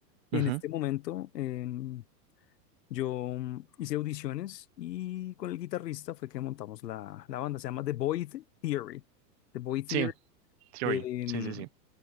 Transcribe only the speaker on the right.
Ujú.
Sí, Theory.
Sí, sí, sí.